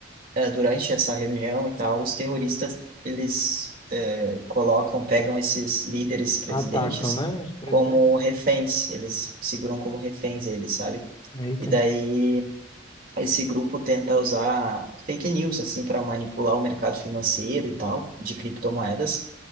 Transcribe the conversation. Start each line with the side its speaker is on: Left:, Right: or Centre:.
Right: eh, durante essa reunião e tal, os terroristas, eles eh, colocam, pegam esses líderes presidentes
Left: Atacam, né, os presidentes?
Right: como reféns, eles seguram como reféns eles, sabe?
Left: Eita.
Right: E daí esse grupo tenta usar fake news, assim, para manipular o mercado financeiro e tal, de criptomoedas,